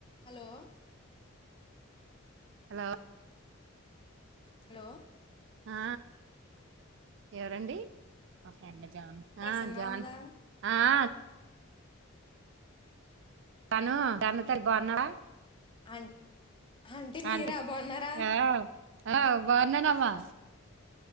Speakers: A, on the left (about 25°); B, on the right (about 60°).
A: Hello
B: hello
A: hello
B: ఆ ఎవరండి మా ఫ్రెండ్ జన్
A: ప్రసన్న
B: ఆ జాన్
A: ఉందా
B: ఆఆ ను జాను తలీ బాగున్నావా
A: అ అంటీ మీర
B: ఆంటీ
A: బాగున్నారా
B: ఆ ఆ బావునానమా